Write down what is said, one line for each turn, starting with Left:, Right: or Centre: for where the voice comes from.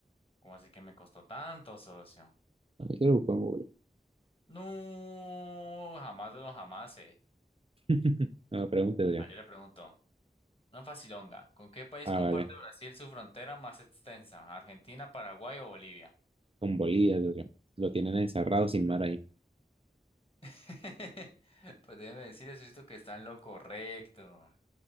Left: ¿Cómo así que me costó tanto, socio?
Right: A mí que lo busco en Google.
Left: No, jamás de los jamás.
Right: <laughs> No, pregunte, socio.
Left: Ah, yo le pregunto, una facilonga, ¿con qué país
Right: Ah,
Left: comparte
Right: vale.
Left: Brasil su frontera más extensa? ¿Argentina, Paraguay o Bolivia?
Right: Con Bolívar, socio. Lo tienen encerrado sin mar ahí.
Left: <laughs> Pues déjeme decirle, Sosito, que está en lo correcto.